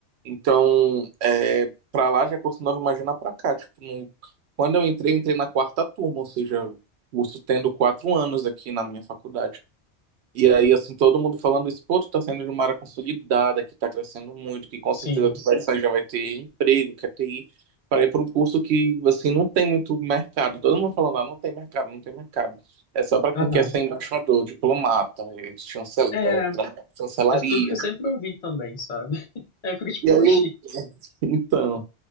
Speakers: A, on the right (about 75°); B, on the left (about 45°).
A: Então, é, pra lá já é curso novo, imagina pra cá. Tipo, não- quando eu entrei, eu entrei na quarta turma, ou seja, o curso tendo quatro anos aqui na minha faculdade. E aí, assim, todo mundo falando isso, pô, tu tá saindo de uma área consolidada, que tá crescendo muito, que com
B: Sim.
A: certeza tu vai sair, já vai ter emprego, quer ter ir para ir para um curso que, assim, não tem muito mercado. Todo mundo falando, ah, não tem mercado, não tem mercado. É só para
B: Aham.
A: quem quer ser embaixador, diplomata, eh, chancel-
B: É,
A: da- da chancelaria.
B: é tudo que eu sempre ouvi também, sabe? <laughs> Aí porque tipo,
A: E aí,
B: oxi.
A: eu- então,